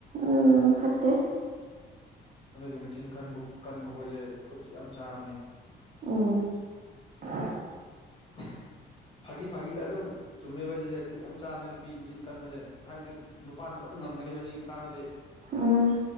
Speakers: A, on the right; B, on the left.
A: ꯎꯝ ꯐꯠꯇꯦ
B: ꯑꯗꯨꯒ ꯃꯆꯤꯟꯕ ꯀꯟꯕ ꯀꯟꯕ ꯈꯣꯏꯁꯦ ꯈꯨꯠꯁꯨ ꯌꯥꯝ ꯆꯥꯕꯅꯦ
A: ꯎꯝ <unintelligible>
B: <unintelligible> ꯐꯥꯒꯤ ꯐꯥꯒꯤꯗ ꯑꯗꯨꯝ ꯆꯨꯝꯃꯦꯕ ꯁꯤꯁꯦ ꯈꯨꯠ ꯌꯥꯝ ꯆꯥꯕꯅꯦ ꯅꯨꯄꯤ ꯃꯆꯤꯟ ꯀꯟꯕꯁꯦ ꯍꯥꯏꯕꯗꯤ ꯅꯨꯄꯥꯅ ꯑꯗꯨꯝ ꯉꯝꯒꯅꯦꯕ ꯁꯤꯒꯤ ꯃꯇꯥꯡꯗꯗꯤ
A: ꯎꯝ